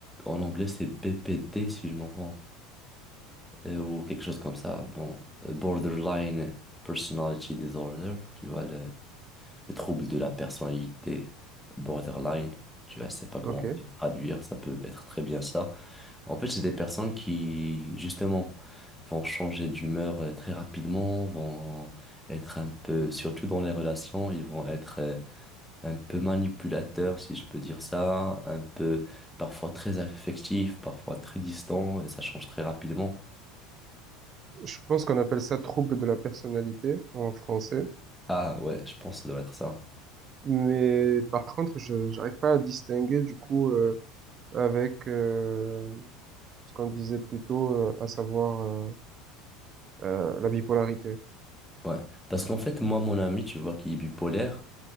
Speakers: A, in the centre; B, on the right.
A: en anglais, c'est BPD, si je m'en rends, euh, ou quelque chose comme ça. Bon, euh, Borderline Personality Disorder, tu vois, le trouble de la personnalité borderline, tu vois, je sais pas comment
B: Ok.
A: traduire, ça peut être très bien ça. En fait, c'est des personnes qui, justement, vont changer d'humeur euh, très rapidement, vont être un peu, surtout dans les relations, ils vont être euh, un peu manipulateurs, si je peux dire ça, un peu, parfois très affectifs, parfois très distants, et ça change très rapidement.
B: Je pense qu'on appelle ça trouble de la personnalité en français.
A: Ah ouais, je pense que ça doit être ça.
B: Mais par contre, je j'arrive pas à distinguer du coup euh, avec euh, ce qu'on disait plus tôt, euh, à savoir euh, euh, la bipolarité.
A: Ouais. Parce qu'en fait, moi, mon ami, tu vois, qui est bipolaire,